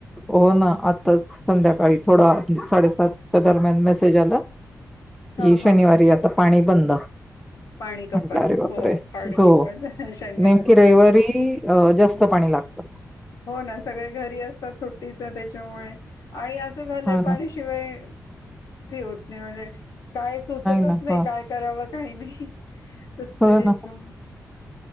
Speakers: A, in the centre; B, on the left.
A: हो ना, आत्ताच. संध्याकाळी थोडा साडेसात च्या दरम्यान मेसेज आला, कि
B: हा
A: शनिवारी
B: हा
A: आता पाणी बंद.
B: पाणी कपात
A: म्हटलं अरे बापरे,
B: हो पाणी
A: हो.
B: कपात शनिवार
A: नेमकी रविवारी जास्त पाणी लागत.
B: हो ना सगळे घरी असतात. सुट्टी त्याच्यामुळे आणि अस झालंय
A: हा
B: पाणि
A: ना
B: शिवाय उतने वे <unintelligible> काय सुचतच
A: ना
B: नाही,
A: हा
B: काय करावं? काही नाही. प्रत
A: हो
B: हेच्या
A: ना
B: <unintelligible>